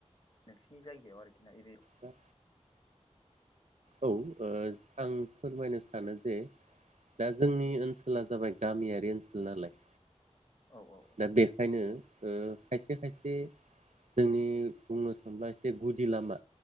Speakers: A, on the left; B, on the right.
A: नोंसिनि जायगायाव आरोखि ना एरियाव
B: दा औ ओ आं फोरमायनो सानो जे दा जोंनि ओनसो ला जाबाय गामियारि ओनसोल नालाय।
A: औ औ
B: दा बेखायनो ओ खायसे खायसे जोंनि बुंनो थांबा एसे गुदि लामा